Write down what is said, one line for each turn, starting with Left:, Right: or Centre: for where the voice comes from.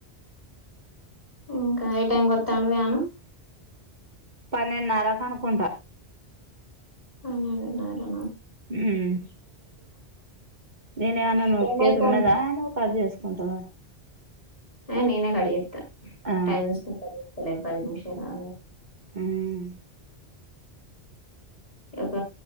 Left: ఇంకా ఏ టైంకి వస్తాండు మీ ఆయనా
Right: పన్నెండున్నర కు అనుకుంటా
Left: పనెడున్నారనా
Right: మ్మ్ నేను ఏమన్నా నోకేది
Left: రెండైతాంది
Right: ఉన్నదా నువ్వు పని చేసి కుంటవ
Left: ఆ నేనే కడియేతా
Right: ఆ
Left: టైం చూసుకొని కడియతలే పది నిమిషలు
Right: మ్మ్
Left: ఒక